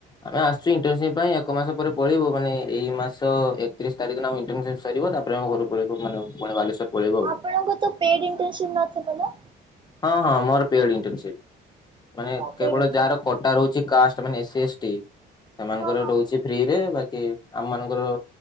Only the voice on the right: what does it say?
ଆପଣଙ୍କୁ ତ ପେଡ଼ ଇଣ୍ଟନସିପ୍ ନ ଥିବ ନା?
ଓ ପେଡ୍
ହଁ ହଁ